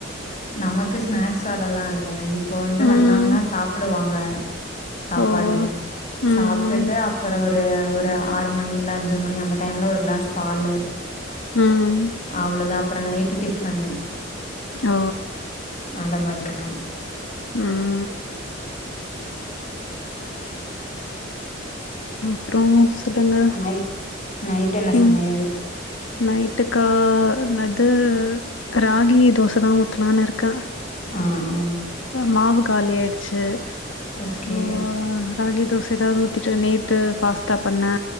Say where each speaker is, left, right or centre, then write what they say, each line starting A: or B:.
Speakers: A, on the left; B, on the left.
A: நமக்கு ஸ்நாக்ஸ் வேலலா இல்ல இப்போ வந்து
B: ம்
A: வந்தாங்கனா சாப்டுவாங்க சாப்பாடு
B: ஓ ம்
A: சாப்டுட்டு அப்றோ ஒரு ஒ ரு ஆறு மணி இல்ல அஞ்சி மணி அந்த டைம்ல ஒரு கிளாஸ் பாலு
B: ம்
A: அவ்ளோதா அப்றோ நைட்டு டிஃபனு
B: ஓ
A: அந்த மாதிரிதா
B: ம் அப்றோ சொல்லுங்க
A: நைட் நைட் என்ன
B: எங்
A: சமையல்?
B: நைட்டுக்கா என்னது ராகி தோசதா ஊத்தலானு இருக்கே
A: அ ஆ
B: மாவு காலி ஆயிடுச்சு
A: ஓகே.
B: சோ ராகி தோச எதாவது ஊத்திட்டு நேத்து பாஸ்தா பண்ண